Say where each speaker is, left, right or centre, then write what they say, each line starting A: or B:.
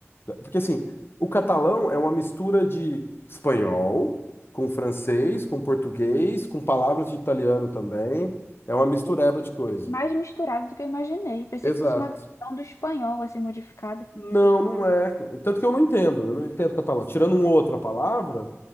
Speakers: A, on the left (about 50°); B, on the left (about 85°).
A: né, Porque assim, o catalão é uma mistura de espanhol com francês, com português, com palavras de italiano também. É uma mistureba
B: Sim,
A: de coisa.
B: mais misturado do que eu imaginei. Pensei
A: Exato.
B: que fosse uma versão do espanhol, assim, modificada.
A: Não, não é. Tanto que eu não entendo. Eu não entendo catalão. Tirando uma outra palavra,